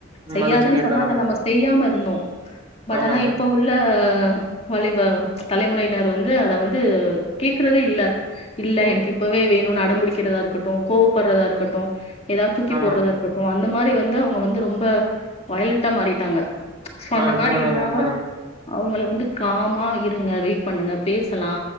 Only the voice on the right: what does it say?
மதிச்சு கேட்டோம்.
ஆமாங்க.
ஆமாங்க.
ஆமாங்க.
ஆ
உண்மதாங்க,
உண்மதாங்க.